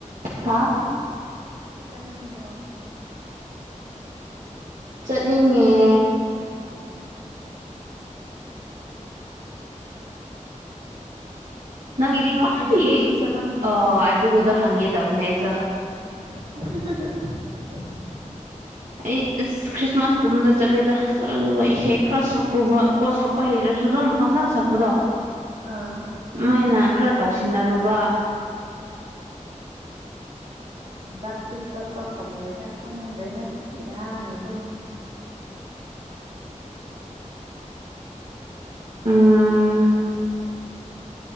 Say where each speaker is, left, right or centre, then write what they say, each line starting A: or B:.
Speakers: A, on the right; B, on the right.
A: ꯍꯥꯥ
B: ꯅꯤꯡꯗ꯭ꯔꯣ
A: ꯆꯠꯅꯤꯡꯉꯦ ꯅꯪꯒꯤꯗꯤ
B: ꯈ꯭ꯔꯤꯁꯃꯥꯁꯀꯤꯗꯤ
A: ꯈ꯭ꯋꯥꯏ
B: ꯑꯗꯨꯝ ꯆꯠꯂꯝꯒꯅꯤꯀꯣ
A: ꯑꯥ ꯑꯗꯨꯒꯗꯣ ꯍꯪꯒꯦ ꯇꯧꯅꯦ ꯑꯩꯖꯨ
B: <unintelligible>
A: ꯑꯩ ꯑꯁ ꯈ꯭ꯔꯤꯁꯃꯥꯁ ꯀꯨꯝꯕꯗ ꯆꯠꯂꯦꯗ ꯆꯠꯂꯒ ꯏꯁꯩ ꯈꯔ ꯁꯛꯎꯕ ꯀꯣ ꯁꯛꯄ ꯍꯩꯗ꯭ꯔꯁꯨ ꯑꯗꯨꯝ ꯄꯪꯁꯛ ꯁꯛ <unintelligible>
B: ꯑꯥ
A: ꯑꯩꯅ ꯈꯔ ꯇꯧꯁꯤꯟꯅꯔꯨꯕ
B: ꯗꯥꯛꯁꯦ ꯆꯠꯄ ꯐꯪꯉꯣꯏꯗ ꯈꯪꯈ꯭ꯔꯦꯗ ꯏꯔꯥꯡꯅꯀꯣ
A: ꯎꯝ